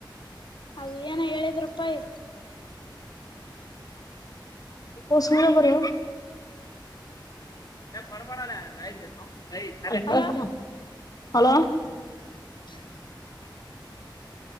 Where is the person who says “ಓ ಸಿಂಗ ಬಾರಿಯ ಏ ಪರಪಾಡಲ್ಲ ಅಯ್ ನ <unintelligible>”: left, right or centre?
Left